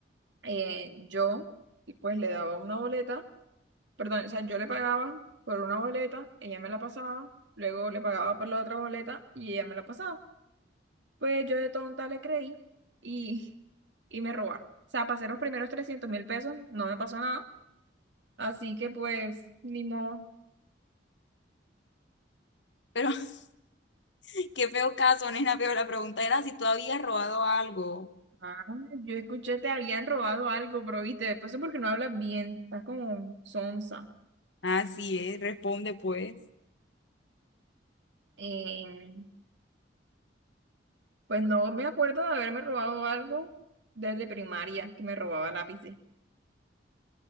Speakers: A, on the right (about 85°); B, on the left (about 75°).
A: Eh, yo, y pues le daba una boleta, perdón, o sea, yo le pagaba por una boleta, ella me la pasaba, luego le pagaba por la otra boleta y ella me la pasaba. Pues yo de tonta le creí y, <laughs> y me robaron. O sea, pasé los primeros trescientos mil pesos, no me pasó nada, así que pues, ni modo.
B: Pero <laughs> qué feo caso, nena, pero la pregunta era si tú habías robado algo.
A: Ah, yo escuché, te habían robado algo, pero viste, después es porque no hablas bien, estás como sonsa.
B: Así es, responde pues.
A: Eh, Pues no me acuerdo de haberme robado algo desde primaria, que me robaba lápices.